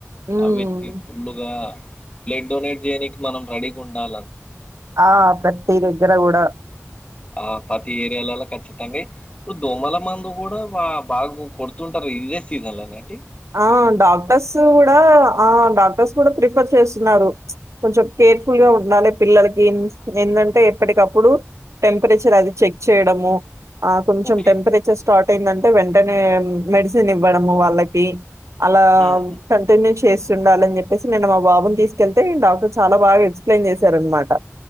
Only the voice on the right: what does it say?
హ్మ్.
ఆ ప్రతి దగ్గర కూడా
ఆ డాక్టర్స్ కూడా ఆ డాక్టర్స్ కూడా ప్రిఫర్ చేస్తున్నారు ప్చ్ కొంచెం కేర్ఫుల్
గా ఉండాలే పిల్లలకి ఎందంటే ఎప్పటికప్పుడు టెంపరేచర్ అది చెక్ చేయడము ఆ కొంచెం
టెంపరేచర్ స్టార్ట్ అయిందంటే వెంటనే మెడిసిన్ ఇవ్వడము వాళ్ళకి అలా
అటెండెస్ చేస్తుండాలని చెప్పేసి నేను మా బాబుని తీసుకెళ్తే డాక్టర్ చాలా బా ఎక్స్ప్లెయిన్ చేశారనమాట